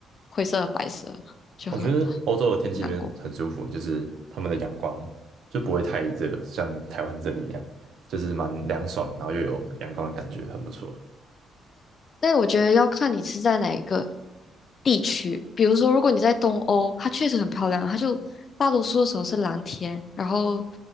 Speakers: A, on the left; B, on the right.
A: 灰色和白色，就很
B: 我觉得欧洲的天气那边很很舒服，
A: 很难过。
B: 就是他们的阳光就不会太热，像台湾这里一样，就是蛮凉爽，然后又有阳光的感觉，很不错，
A: 那我觉得要看你是在哪一个地区。比如说，如果你在东欧，它确实很漂亮，它就大多数的时候是蓝天，然后